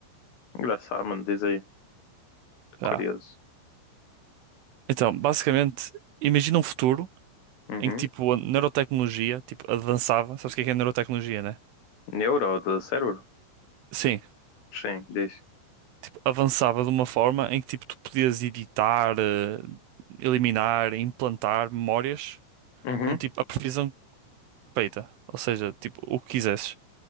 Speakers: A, on the left (about 75°); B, on the right (about 75°).
A: Engraçado, mano, diz aí. Tô
B: Ah.
A: curioso.
B: Então, basicamente, imagina um futuro
A: Uhum.
B: em que, tipo, a neurotecnologia, tipo, avançava. Sabes o que é que é neurotecnologia, né?
A: Neuro do cérebro?
B: Sim.
A: Sim, diz.
B: Tipo, avançava de uma forma em que, tipo, tu podias editar, eh, eliminar, implantar memórias
A: Uhum,
B: com, tipo, a previsão perfeita. Ou seja, tipo, o que quisesses.